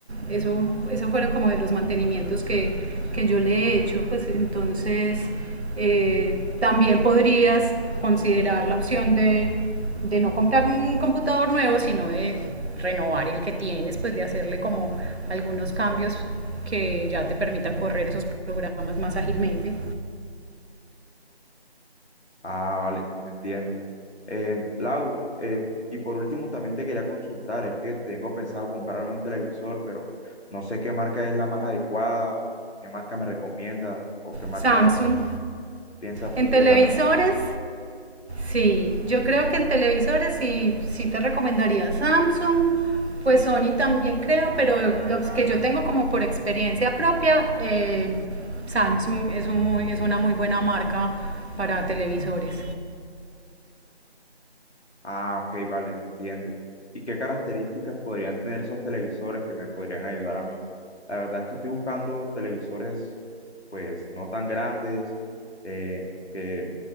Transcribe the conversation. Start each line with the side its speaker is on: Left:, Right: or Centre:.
Right: Eso, esos fueron como de los mantenimientos que, que yo le he hecho, pues entonces eh, también podrías considerar la opción de, de no comprar un computador nuevo, sino de renovar el que tienes, pues de hacerle como algunos cambios que ya te permitan correr esos programas más ágilmente.
Left: Ah, vale, entiendo. Eh, Lau, eh, y por último también te quería consultar, es que tengo pensado comprarme un televisor, pero no sé qué marca es la más adecuada, qué marca me recomiendas o qué marca
Right: Samsung.
Left: piensas
Right: En
Left: tú que
Right: televisores
Left: es la mejor.
Right: Sí, yo creo que en televisores sí, sí te recomendaría Samsung, pues Sony también creo, pero los que yo tengo como por experiencia propia, eh, Samsung es, un muy, es una muy buena marca para televisores.
Left: Ah, ok, vale, te entiendo. ¿Y qué características podrían tener esos televisores que me podrían ayudar a mí? La verdad es que estoy buscando televisores, pues, no tan grandes, eh, que